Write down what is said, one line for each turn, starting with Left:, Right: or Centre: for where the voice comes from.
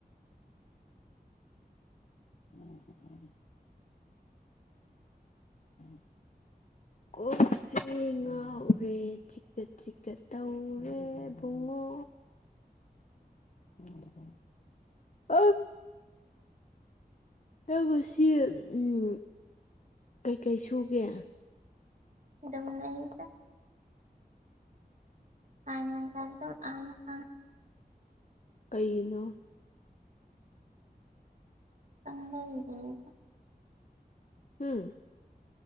Left: <inaudible> <inaudible> ꯀꯣꯛꯁꯦ ꯉꯥꯎꯔꯦ ꯆꯤꯛꯀꯦ ꯆꯤꯛꯀ ꯇꯧꯔꯦ ꯕꯨꯡꯉꯣ <inaudible> ꯅꯪ ꯉꯁꯤ ꯎꯝ ꯀꯩꯀꯩ ꯁꯨꯒꯦ
Right: ꯗꯨꯝ ꯂꯩꯗ <unintelligible>
Left: ꯀꯩꯒꯤꯅꯣ
Right: <unintelligible>
Left: ꯎꯝ